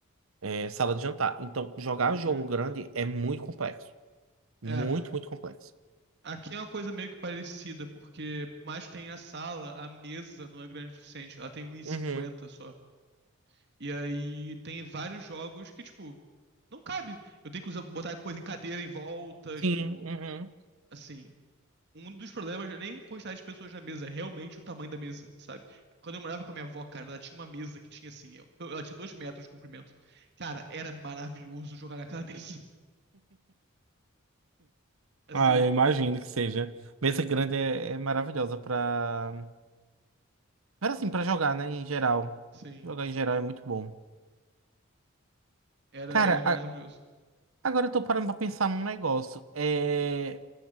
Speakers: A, on the right; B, on the right.
A: é, sala de jantar. Então jogar
B: entendi.
A: jogo grande é muito complexo. Muito,
B: É,
A: muito complexo.
B: aqui é uma coisa meio que parecida, porque mais tem a sala, a mesa não é grande o suficiente, ela tem um e cinquenta
A: Uhum.
B: só. E aí tem vários jogos que, tipo, não cabe. Eu tenho que usar, botar coisa em cadeira em volta,
A: Sim,
B: tipo,
A: uhum.
B: assim, Um dos problemas não é nem quantidade de pessoas na mesa, é realmente o tamanho da mesa, sabe? Quando eu morava com a minha avó, cara, ela tinha uma mesa que tinha assim, eu- ela tinha dois metros de comprimento. Cara, era maravilhoso jogar naquela mesa. <laughs> Assim,
A: Ah, eu imagino que seja. Mesa grande é, é maravilhosa para Mas assim, pra jogar, né, em geral.
B: sim.
A: Jogar em geral é muito bom.
B: Era,
A: Cara,
B: era maravilhoso.
A: a- agora eu tô parando pra pensar num negócio. É...